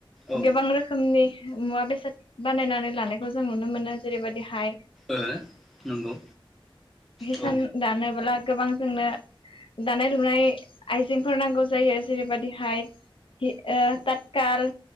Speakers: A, in the centre; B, on the left.
A: औ ओ
B: गोबां रोखोमनि मुवा बेसाद बानायनानै लानायखौ जों नुनो मोनो जेरैबायदिहाय।
A: ओ नोंगौ।
B: हिसान
A: औ
B: दानोब्ला गोबां जोंनो दानाय लुनाय आइजेंफोर नांगौ जायो जेरैबायदिहाय ओ तातखाल